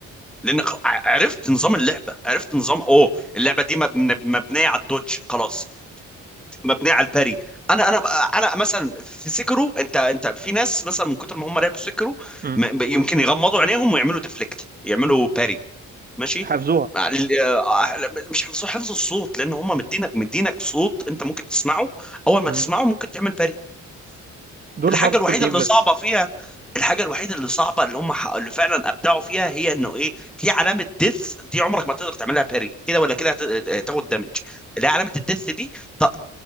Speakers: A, in the centre; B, on the right.
A: لان خ- ع- عرفت نظام اللعبه عرفت نظام اوه اللعبه دي مبن- مبنيه على الدوج خلاص مبنيه على الباري انا انا انا مثلا في سكرو انت انت في ناس مثلا من كتر ما هم لعبوا سكرو
B: امم
A: م- ب- يمكن يغمضوا عينيهم ويعملوا ديفليكت يعملوا باري ماشي
B: حافظوها
A: مع ال- آه، مش حفظ حفظ الصوت لان هم مدينك مدينك صوت انت ممكن تسمعه اول ما
B: امم
A: تسمعه ممكن تعمل باري
B: دول
A: الحاجه
B: هارد
A: الوحيده
B: كور جيمرز
A: اللي صعبه فيها الحاجه الوحيده اللي صعبه اللي هم ح- اللي فعلا ابدعوا فيها هي انه ايه في علامه ديث دي عمرك ما تقدر تعملها باري كده ولا كده هت- هتاخد دامج اللي هي علامه الديث دي طب